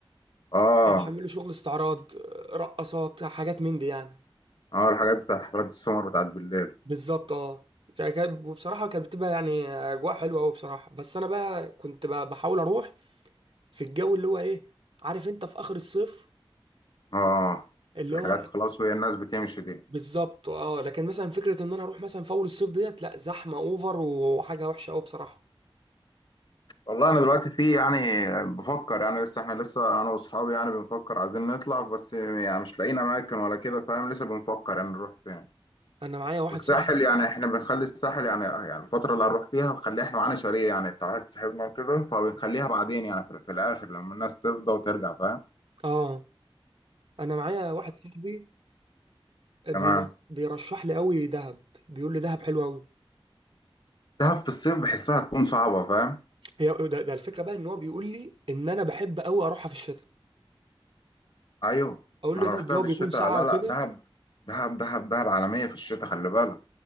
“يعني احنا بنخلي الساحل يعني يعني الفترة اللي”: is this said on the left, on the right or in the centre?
Left